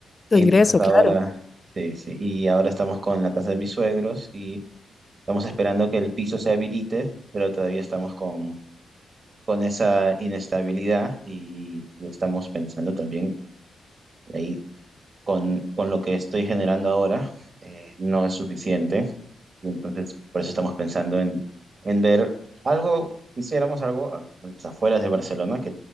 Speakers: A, on the left (about 35°); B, on the right (about 50°).
A: Tu
B: Y
A: ingreso,
B: entonces ahora,
A: claro.
B: sí, sí, y ahora estamos con la casa de mis suegros y estamos esperando que el piso se habilite, pero todavía estamos con, con esa inestabilidad y, y estamos pensando también ahí con, con lo que estoy generando ahora, eh, no es suficiente. Y entonces, por eso estamos pensando en, en ver algo, hiciéramos algo a a las afueras de Barcelona, que